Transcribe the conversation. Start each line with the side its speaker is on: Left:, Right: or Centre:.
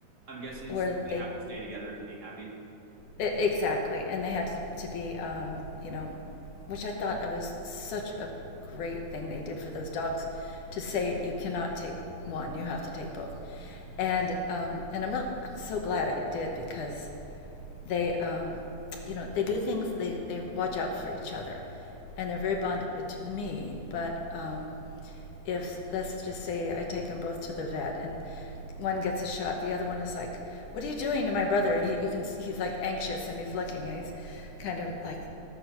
Right: I'm guessing
Left: Where
Right: it's- they
Left: they
Right: have to stay together to be happy.
Left: E- Exactly, and they had to, to be, um, you know, which I thought that was such a great thing they did for those dogs, to say you cannot take one, you have to take both,
Right: Mhm.
Left: and um, and I'm I'm so glad I did because they, um, you know, they do things they they watch out for each other, and they're very bonded to me, but um, if let's just say I take them both to the vet and one gets a shot, the other one is like, "What are you doing to my brother?" He, you can he's like anxious and he's looking and he's kind of like